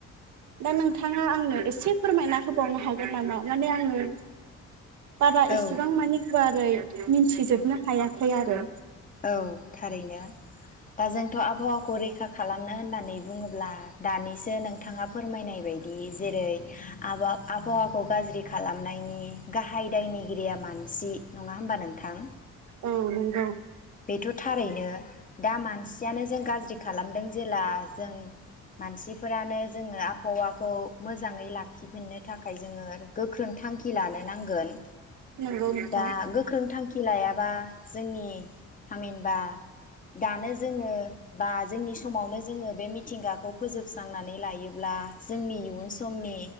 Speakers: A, on the right (about 70°); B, on the left (about 25°).
A: दा नोंथाङा आंनो एसे फोरमायना होबावनो हागोन नामा माने आङो बारा
B: औ
A: इसेबां मानि गुवारै मिथिजोबनो हायाखै आरो?
B: औ थारैनो दा जोंथ' आबहावाखौ रैखा खालामनो होननानै बुङोब्ला दानिसो नोंथाङा फोरमायनाय बायदि जेरै आबा आबहावाखौ गाज्रि खालामनायनि गाहाय दायनिगिरिया मानसि । नङा होमबा नोंथां?
A: औ नंगौ
B: बेथ' थारैनो दा मानसियानो जों गाज्रि खालामदों जेब्ला जों मानसिफोरानो जोङो आबहावाखौ मोजाङै लाखिफिननो थाखाय जोङो गोख्रों थांखि लानो नांगोन
A: नंगौ नोंथां
B: दा गोख्रों थांखि लायाबा जोंनि थामहिनबा दानो जोङो बा जोंनि समावनो जोङो बे मिथिंगाखौ फोजोबस्रांनानै लायोब्ला जोंनि इयुन समनि